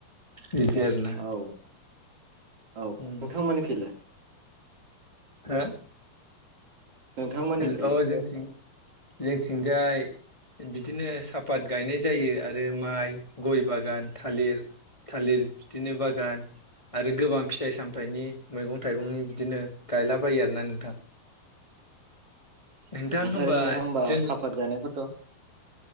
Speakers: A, on the left (about 15°); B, on the right (about 45°).
A: बिदि आरोना!
B: औ औ नोंथांमोनिखैलाय?
A: हो हो?
B: नोंथांमोननिखै
A: हेल' औ जोंथिं जोंथिंजाय बिदिनो सापात गायनाय जायो आरो माइ, गइ बागान, थालिर थालिर बिदिनो बागान आरो गोबां फिथाइ सामथाइनि, मैगं थाइगंनि बिदिनो गायलाबायो आरोना नोंथां। नोंथां
B: ओमफ्राय नोंथाङा होमबा
A: जों
B: सापात गायनायखौथ'